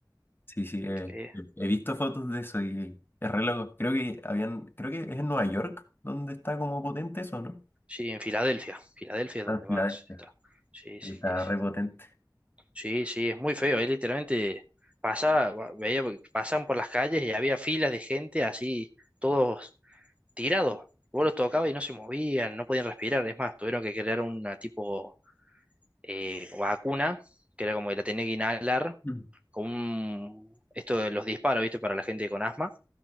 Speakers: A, on the left (about 30°); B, on the right (about 15°).
A: Sí, sí, eh,
B: Eh,
A: he visto fotos de eso y es re loco. Creo que habían, creo que es en Nueva York donde está como potente eso, ¿no?
B: sí, en Filadelfia, Filadelfia es
A: Ah,
B: donde
A: en Filadelfia.
B: más está. Sí,
A: Está
B: sí, sí.
A: re potente.
B: Sí, sí, es muy feo, eh, literalmente pasaba, va- veía, pasaban por las calles y había filas de gente así, todos tirados. Vos los tocabas y no se movían, no podían respirar, es más, tuvieron que crear una tipo eh, vacuna, que era como que la tenía que inhalar
A: Mm.
B: con un, esto de los disparos, ¿viste? Para la gente con asma.